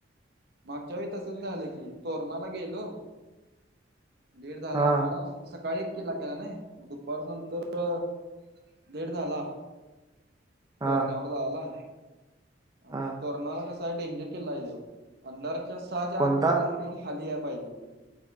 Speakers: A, on the right; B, on the right.
A: मागच्या वेळी तसच झालं की तोरणाला गेलो, लेट झाला
B: हा
A: आम्हाला. सकाळी एक किल्ला केला नाय, मग दुपार नंतर लेट झाला.
B: हा
A: तोरण्यावर जायाला आणि
B: हा
A: तोरणाला कसा आहे डेंजर किल्ला आहे तो अंधारच्या सहाच्या
B: कोणता
A: आत किल्ला फिरून खाली याय पाहिजे.